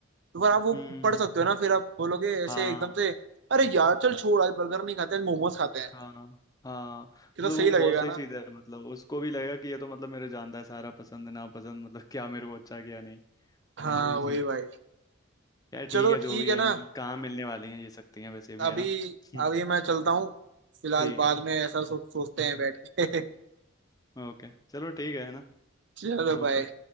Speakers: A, on the right; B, on the left.
A: तो फिर आप वो
B: हम्म
A: पढ़ सकते हो ना फिर आप बोलोगे ऐसे
B: हाँ
A: एकदम से अरे यार चल छोड़ आज बर्गर नहीं खाते आज मोमोज खाते हैं
B: हाँ हाँ मतलब
A: कितना सही
B: वो
A: लगेगा
B: बहुत सही
A: ना
B: चीज है मतलब उसको भी लगेगा कि ये तो मतलब मेरे जानता है सारा पसंद नापसंद मतलब क्या मेरे को अच्छा क्या नहीं
A: हाँ
B: बहुत सही
A: वही
B: चीज है
A: भाई
B: यार ठीक
A: चलो
B: है जो
A: ठीक
B: भी
A: है
B: है
A: ना
B: मिल कहाँ मिलने वाली हैं ये सकती हैं वैसे भी
A: अभी
B: है ना हम्म,
A: अभी मैं चलता हूँ फिलहाल
B: ठीक
A: बाद
B: है
A: में ऐसा सो, सोचते हैं बैठ के <laughs>
B: ओके चलो ठीक है है ना
A: चलो
B: ओके
A: भाई